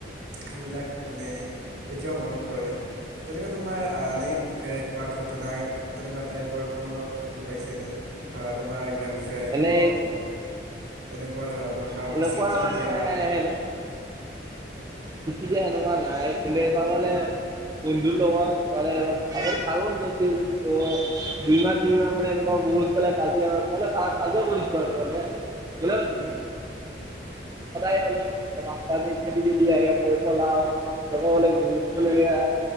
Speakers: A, on the right (about 75°); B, on the right (about 20°).
A: সেইবিলাক মানে এতিয়াও মনত পৰে, তেনেকে তোমাৰ এ <unintelligible> দুখেৰেই কিবা ঘটনা তেনেকুৱা টাইপৰ তোমাৰ লগত ঘটি পাইছেনে, ধৰা তোমাৰ গে ফ্ৰেণ্ড
B: এনে
A: হওঁক তেনেকুৱা ধৰণৰ কাৰোবাক
B: সেনেকুৱা
A: চিঠি
B: মানে
A: দিয়া।
B: চিঠি দিয়া সনেকুৱা নাই কিন্তু এবাৰ ক'লে, বন্ধুৰ লগত মানে ভাল বন্ধু আছিল, ত দুই মাহ তিনিমাহ মানে এনেকুৱা বহুত কাজিয়া কাজিয়া কৰিছিলো আৰু মানে। <unintelligible>
A: উম
B: সদায় মানে ৰাস্তা দি <unintelligible> আহে মই পেলাওঁ। লগৰ হ'লে বহুত <unintelligible>